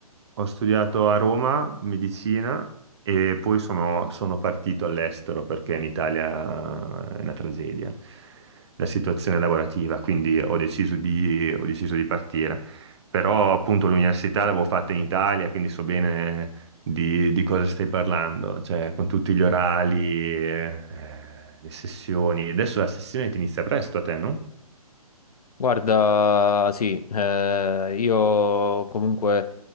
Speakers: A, on the right; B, on the left.
A: ho studiato a Roma medicina e poi sono, sono partito all'estero perché in Italia eh, è una tragedia la situazione lavorativa, quindi ho deciso di, ho deciso di partire. Però appunto l'università l'avevo fatta in Italia, quindi so bene di, di cosa stai parlando, cioè con tutti gli orali, eh, le sessioni. Adesso la sessione ti inizia presto a te, no?
B: Guarda, sì, eh, io comunque